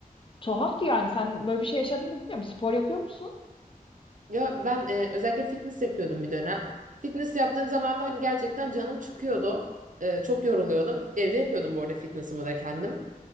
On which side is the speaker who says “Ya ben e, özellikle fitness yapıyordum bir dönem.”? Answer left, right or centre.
Right